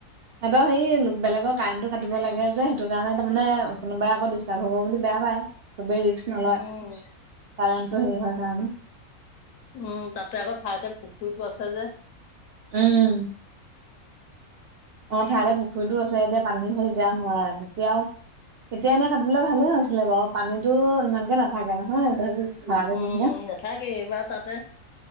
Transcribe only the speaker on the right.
সিহঁতৰ হেৰি লোক বেলেগৰ কাৰেণ্টটো কাটিব লাগে যে, সেইটো কাৰণে তাৰমানে কোনোবাই আকৌ ডিষ্টাৰ্ব হব বুলি বেয়া পায়। চবেই ৰিক্স নলয়,
কাৰেণ্টটো হেৰি হোৱাৰ কাৰণে।
উম। অ', ঠাইতে পুখুৰীতো আছে, এতিয়া পানী হ'ল এতিয়াও নোৱাৰে, তেতিয়া এতিয়া এনেই কাটিবলে ভালে হৈছিলে বাৰু পানীতো ইমানকে নাথাকে নহয় <unintelligible>
মহীয়া